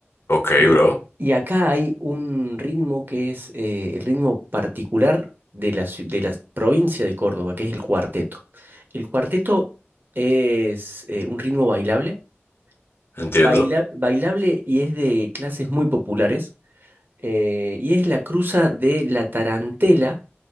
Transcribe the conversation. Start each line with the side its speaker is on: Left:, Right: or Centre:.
Left: Ok,
Right: y,
Left: bro,
Right: y acá hay un ritmo que es eh, el ritmo particular de la, ciu- de la provincia de Córdoba, que es el cuarteto. El cuarteto es eh, un ritmo bailable, baila-
Left: entiendo.
Right: bailable y es de clases muy populares, eh, y es la cruza de la tarantela